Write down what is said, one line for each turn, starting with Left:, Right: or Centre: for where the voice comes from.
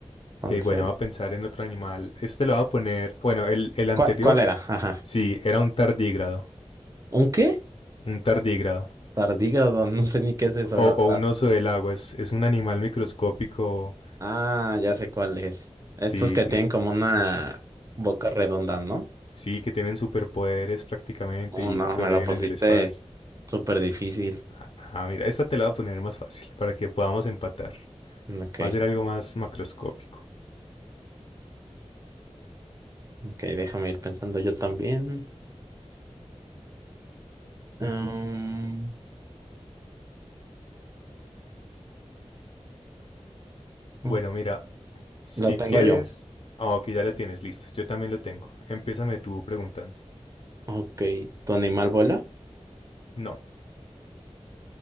Right: Entonces,
Left: Que bueno, va a pensar en otro animal. Este lo va a poner. Bueno, el, el anterior,
Right: ¿cuál, cuál era? Ajá.
Left: sí, era un tardígrado.
Right: ¿Un qué?
Left: Un tardígrado.
Right: Tardígrado, <laughs> no sé ni qué es eso,
Left: O,
Right: la
Left: o
Right: verdad.
Left: un oso del agua. Es, es un animal microscópico.
Right: Ah, ya sé cuál es. Estos
Left: Sí,
Right: que
Left: sí.
Right: tienen como una boca redonda, ¿no?
Left: Sí, que tienen superpoderes prácticamente
Right: Oh,
Left: y
Right: no,
Left: sobreviven
Right: me la pusiste
Left: en el espacio.
Right: súper difícil.
Left: Ah, ah, mira, esta te la voy a poner más fácil para que podamos empatar.
Right: Ok,
Left: Va a ser algo más macroscópico.
Right: ok, déjame ir pensando yo también. Um,
Left: Bueno,
Right: oh,
Left: mira, Si
Right: lo tengo
Left: quieres...
Right: yo.
Left: Ah, ok, ya la tienes, listo. Yo también lo tengo. Empiézame tú preguntando.
Right: Ok, ¿tu animal vuela?
Left: No.